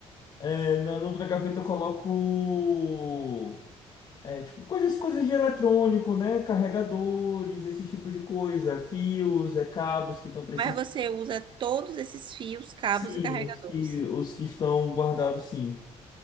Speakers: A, on the left; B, on the right.
A: É, na na outra gaveta eu coloco é, tipo, coisas, coisas de eletrônico, né? Carregadores, esse tipo de coisa, fios, é, cabos que estão precisando.
B: Mas você usa todos esses fios, cabos
A: Sim,
B: e carregadores.
A: os que, os que estão guardados, sim.